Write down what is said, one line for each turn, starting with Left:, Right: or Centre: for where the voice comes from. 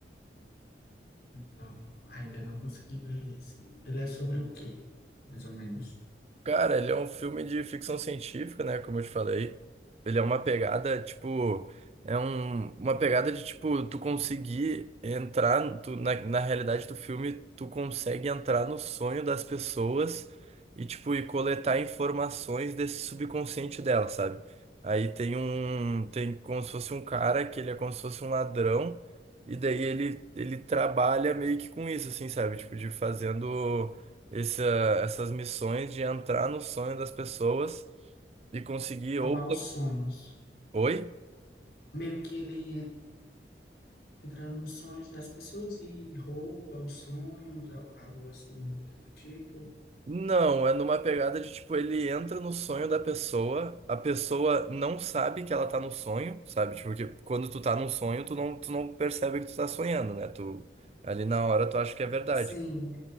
Left: Não, ainda não consegui ver esse. Ele é sobre o quê, mais ou menos?
Right: Cara, ele é um filme de ficção científica, né? Como eu te falei. Ele é uma pegada, tipo. É um, uma pegada de, tipo, tu conseguir entrar. Tu, na, na realidade do filme, tu consegue entrar no sonho das pessoas e, tipo, e coletar informações desse subconsciente dela, sabe? Aí tem um. Tem como se fosse um cara que ele é como se fosse um ladrão. E daí ele, ele trabalha meio que com isso, assim, sabe? Tipo, de fazendo essa, essas missões de entrar no sonho das pessoas e conseguir
Left: Roubar
Right: ou...
Left: os sonhos.
Right: Oi?
Left: Meio que ele entra nos sonhos das pessoas e rouba os sonhos, al- algo assim do tipo.
Right: Não, é numa pegada de tipo, ele entra no sonho da pessoa, a pessoa não sabe que ela tá no sonho, sabe? Tipo, porque quando tu tá num sonho, tu não, tu não percebe que tu tá sonhando, né? Tu ali na hora tu acha que é verdade.
Left: Sim,